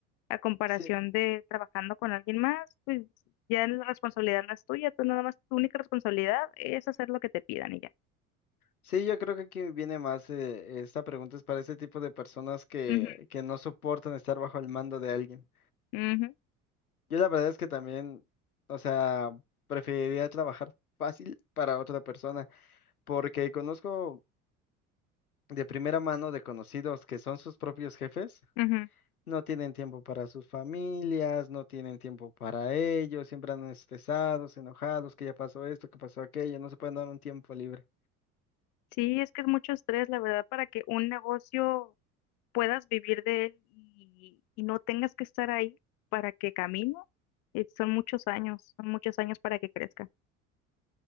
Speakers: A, on the left (about 45°); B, on the left (about 85°).
A: a comparación
B: Sí,
A: de trabajando con alguien más, pues ya la responsabilidad no es tuya, tú nada más, tu única responsabilidad es hacer lo que te pidan y ya.
B: Sí, yo creo que aquí viene más, eh, esta pregunta es para ese tipo de personas que,
A: Ujú,
B: que no soportan estar bajo el mando de alguien.
A: ujú,
B: Yo la verdad es que también, o sea, preferiría trabajar fácil para otra persona, porque conozco de primera mano de conocidos que son sus propios jefes,
A: ujú.
B: no tienen tiempo para sus familias, no tienen tiempo para ellos, siempre andan estresados, enojados, que ya pasó esto, que pasó aquello, no se pueden dar un tiempo libre.
A: Sí, es que es mucho estrés, la verdad, para que un negocio puedas vivir de él y, y no tengas que estar ahí para que camine. eh, Son muchos años, son muchos años para que crezca,